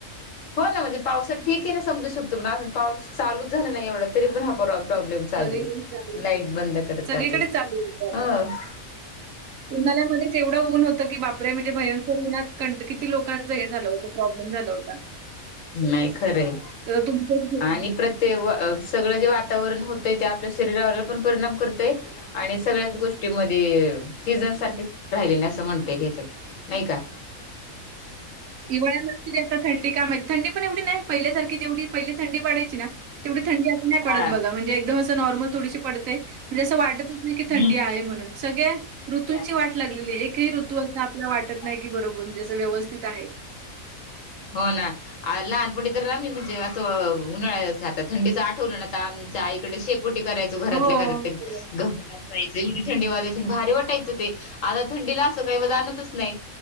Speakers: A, on the left; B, on the right.
A: हो ना म्हंजे पावसात ठीकेय ना समजू शकतो पण आजून पाऊस चालूच झाला नाई एवडा तरी पण हा परवा प्रॉब्लेम चालूय
B: सगळीकडे चालू
A: लाईट बंद करता
B: सगळीकडेच
A: ते हम्म.
B: चालू होतं आता. उन्हाळ्यामध्येच एववढं ऊन होत. की बापरे म्हणजे भयंकर ऊन्हात कंठ किती लोकांचं हे झालं होतं प्रॉब्लेम झालं होता.
A: नाही खरंय
B: तुमचंच
A: आणि व प्रत्येक अ सगळं जे वातावरण होतय ते आपल्या शरीरावरला पण परिणाम करतंय. आणि सगळ्याच गोष्टीमध्ये सीझन सारखेच राहिले असं म्हणता येईल याच्यात नाही कां?
B: हिवळ्या नस्ती आता थंडी काय माहित? थंडी पण एवडी नाइ पहिल्यासारखी जेवी पहिली थंडी पाडायची ना तेवडी थंडी नाइ पडत
A: हा
B: बघा म्हणजे एकदम नॉर्मल थोडीशी पडते मंजे अस वाटत नाई
A: हम्म
B: की थंडी आहे म्हणून सगळ्या ऋतुंची
A: ते आहे
B: वाट लागलेली एकही ऋतू असं आपल्याला
A: वाट
B: वाटत
A: लाग
B: नाही की बरोबर म्हणजे जं व्यवस्थित आहे.
A: हो ना. अ लहान पण तर आमी म्हणजे असं अ उन्हाळायात थंडीचं आठवलं न त आमच्या आईकडे शेकोटी करायच घरातल्या
B: हो,
A: घरात
B: बरोबर.
A: ते घमील असायचं एवडी थंडी वाजायची आणि भारी वाटायचं ते आता थंडीला असं काही आणतच नाही